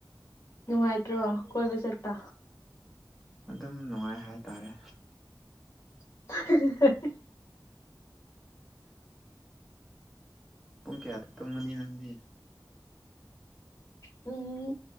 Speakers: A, on the left; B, in the centre.
A: ꯅꯨꯡꯉꯥꯏꯇ꯭ꯔꯣ ꯀꯣꯏꯕ ꯆꯠꯄ
B: ꯑꯗꯨꯝ ꯅꯨꯡꯉꯥꯏ ꯍꯥꯏꯇꯥꯔꯦ
A: <unintelligible>
B: ꯄꯨꯡ ꯀꯌꯥꯗ ꯇꯨꯝꯒꯅꯤ ꯅꯪꯗꯤ
A: ꯄꯨꯡ